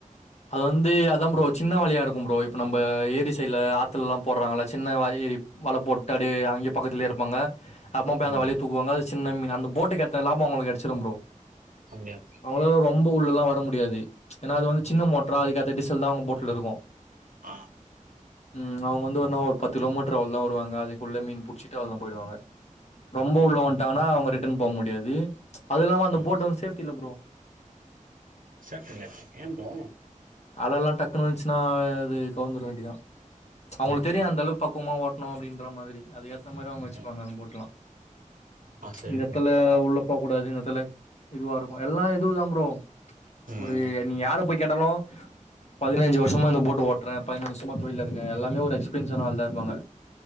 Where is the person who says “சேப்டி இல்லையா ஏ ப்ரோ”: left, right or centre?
Right